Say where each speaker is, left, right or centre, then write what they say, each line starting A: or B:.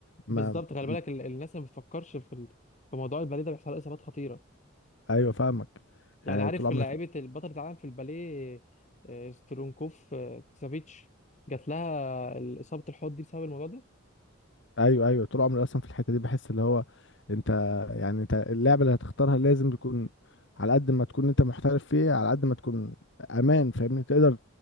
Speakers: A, on the left; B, on the left.
A: ما
B: بالظبط خلي
A: م-
B: بالك ال... الناس اللي ما بتفكرش في ال... في موضوع البلي ده بيحصل لها اصابات خطيره
A: ايوه فاهمك
B: يعني
A: يعني
B: عارف
A: طول عمري
B: لعيبة البطلة العالم في الباليه آه، سترونكوف آه، كسافيتش جات لها إصابة الحوض دي بسبب الموضوع ده
A: ايوه ايوه طول عمري اصلا في الحته دي بحس اللي هو انت يعني انت اللعبه اللي هتختارها لازم تكون على قد ما تكون انت محترف فيها على قد ما تكون امان فاهمني تقدر